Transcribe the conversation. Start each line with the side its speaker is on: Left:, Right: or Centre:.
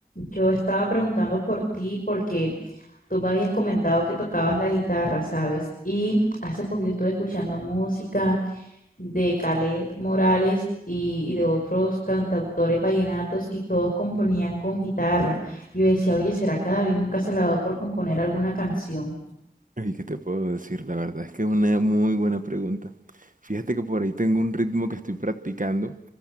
Left: yo estaba preguntando por ti porque tú me habías comentado que tocabas la guitarra, ¿sabes? Y hace poquito estuve escuchando música de Calet Morales y, y de otros cantautores vallenatos y todos componían con guitarra. Yo decía, oye, ¿será que a David nunca se le ha dado por componer alguna canción?
Right: ¿Y qué te puedo decir? La verdad es que es una muy buena pregunta. Fíjate que por ahí tengo un ritmo que estoy practicando